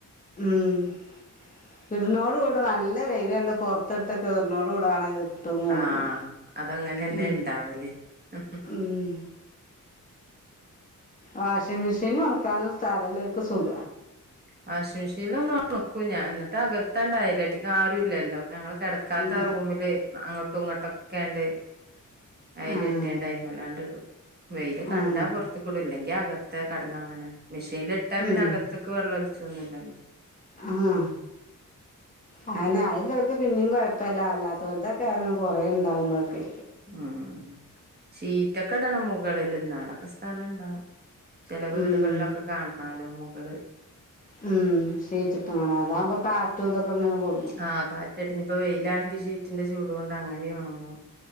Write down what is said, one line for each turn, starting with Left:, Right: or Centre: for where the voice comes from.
Left: ഉം ഇടുന്നോട കൂടെ നല്ല വെയില് കണ്ട് പുറത്തിട്ട് <unintelligible> കൂടാണ് ഇപ്പൊ മൂടുന്നോ
Right: ആഹ് അതങ്ങനെന്നെ
Left: ഉം
Right: ഇണ്ടാവല്
Left: ഉം വാഷിംഗ് മെഷീൻ ഉണക്കാനും സ്ഥലല്ലോക്ക് സുഖ
Right: വാശിമിഷില് ഒന്ന് ഉണക്കും ഞാൻ എന്നിട്ട്കത്താണ്ടായില്ലട്ടിക്കും ആരും ഇല്ലല്ലോ ഞങ്ങൾ കിട കാത്ത
Left: ഉം
Right: ആ റൂമില് അങ്ങോട്ടും ഇങ്ങോട്ടൊക്കെയണ്ട് അയല
Left: ആഹ്
Right: എട്ടിയണ്ട് അയിമേലാണ്ട് ഇടും വെയില് കണ്ടാ
Left: ആഹ്
Right: പുറത്തേക്ക് ഇടും ഇല്ലെങ്കി അക ത്തെ കടന്ന അങ്ങനെ മെഷീനിലിട്ടാ പിന്നെ
Left: ഉം
Right: അകത്തേക്ക് വെള്ളം ഒലിച്ചൊന്നു ഇല്ലല്ലോ
Left: ആഹ് അങ്ങനെ അയ ഉള്ളോർക്ക് പിന്നേം കുഴപ്പില്ലാ അല്ലാതോൽദെക്കെ ആ കൊറേ ഉണ്ടാവുമ്പോക്കെ
Right: ഉം ഷീറ്റൊക്കെ ഇടണം മുകളിൽ എന്നാലൊക്കെ സ്ഥലുണ്ടാവും ചില വീടുകളിലൊക്കെ
Left: ഉം
Right: കാണാലോ മുകള്
Left: ഉം ഷീറ്റിട്ട് കാണ അതാകുമ്പോ കാറ്റും ഇതൊക്കെ ഇങ്ങനെ കൊള്ളു
Right: ആഹ് കാ ട്ടിഞ്ഞിപ്പ വെയിലാണെങ്കി ഷീറ്റിന്റെ ചൂട് കൊണ്ട് അങ്ങനെയൊണങ്ങും